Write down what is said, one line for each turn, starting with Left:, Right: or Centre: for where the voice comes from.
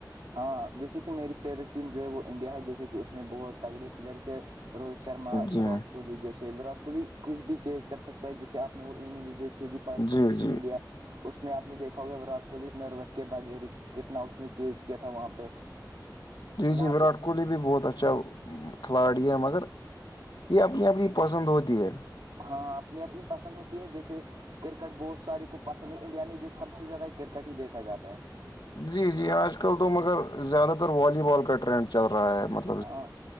Right: ہاں جیسے کہ میری فیوریٹ ٹیم جو ہے وہ انڈیا ہے جیسے کہ اس میں بہت تگڑے پلیئرس روہت شرما
Left: جی
Right: وراٹ کوہلی جیسے وراٹ کوہلی کچھ بھی چیز کر سکتا ہے جیسے آ نے وہ اننگس دیکھی ہوی پاکستان
Left: جی
Right: ورسز
Left: جی
Right: انڈیا اس میں آپ نے دیکھا ہوگا وراٹ کوہلی نروس کے بغیر کتنا اس نے چینج کیا تھا وہاں پہ <inaudible> <unintelligible>
Left: جی
Right: وہاں
Left: جی
Right: پہ
Left: وراٹ کولی بھی بہت اچھا کھلاڑی ہے مگر یہ اپنی اپنی پسند ہوتی ہے
Right: ہاں اپنی اپنی پسند ہوتی ہے جیسے کرکٹ بہت سارے کو پسند ہے انڈیا میں جو سب سے زیادہ کرکٹ ہی دیکھا جاتا ہے
Left: جی جی آج کل تو مگر زیادہ تر والی بال کا ٹرینڈ چل رہا ہے ملب
Right: ہاں